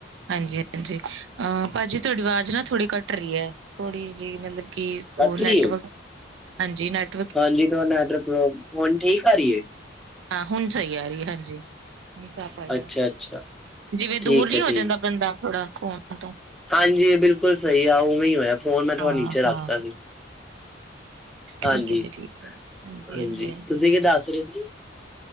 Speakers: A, on the right (about 75°); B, in the centre.
A: ਹਾਂਜੀ-ਹਾਂਜੀ ਅਹ ਭਾਜੀ ਤੁਆਡੀ ਆਵਾਜ ਨਾ ਥੋੜ੍ਹੀ ਕਟ ਰੀ ਐ ਥੋੜ੍ਹੀ ਜੀ ਮਤਲਬ ਕਿ
B: ਕੱਟ
A: ਓ ਨੈਟਵਰਕ
B: ਰਹੀ ਏ
A: ਹਾਂਜੀ ਨੈਟ
B: ਹਾਂਜੀ ਥੋੜਾ ਨੈੱਟਵਰਕ ਪ੍ਰੋਬ ਹੁਨ ਠੀਕ ਆ ਰੀ ਏ?
A: ਹਾਂ ਹੁਨ ਸਈ ਆ ਰੀ ਹਾਂਜੀ, ਹੁਨ ਸਾਫ਼ ਆਈ
B: ਅੱਛਾ-ਅੱਛਾ
A: ਐ ਜਿਵੇਂ ਦੂਰ
B: ਠੀਕ
A: ਨੀ
B: ਹੈ
A: ਹੋ
B: ਠੀਕ
A: ਜਾਂਦਾ। ਬੰਦਾ ਥੋੜਾ ਫੋਨ ਤੋਂ
B: ਹਾਂਜੀ ਬਿਲਕੁਲ ਸਈ ਆ ਉਵੇਂ ਹੋਏਆ ਫੋਨ ਮੈਂ ਥੋੜਾ
A: ਹਾਂ
B: ਨੀਚੇ ਰੱਖਤਾ
A: ਹਾਂ
B: ਸੀ। ਹਾਂਜੀ-ਹਾਂਜੀ
A: ਠੀਕ ਹੈ ਜੀ ਠੀਕ ਹੈ। ਹਾਂਜੀ, ਹਾਂਜੀ, ਹਾਂਜੀ।
B: ਤੁਸੀਂ ਕੀ ਦੱਸ ਰੇ ਸੀ?